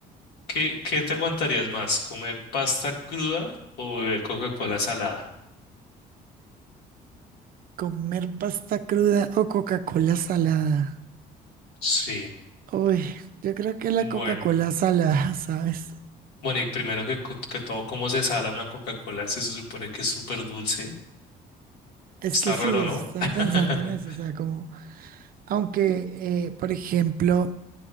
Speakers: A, on the left (about 75°); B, on the right (about 60°).
A: ¿Qué, qué te aguantarías más? ¿Comer pasta cruda o beber Coca-Cola salada?
B: Comer pasta cruda o Coca-Cola salada.
A: Sí.
B: Uy, yo creo que la Coca-Cola
A: Bueno,
B: salada, <laughs> ¿sabes?
A: bueno, y primero que, co- que todo, ¿cómo se sala una Coca-Cola? Se se supone que es súper dulce.
B: Es
A: Está
B: que sí,
A: raro,
B: estaba
A: ¿no? <laughs>
B: pensando en eso, o sea, como, aunque, eh, por ejemplo,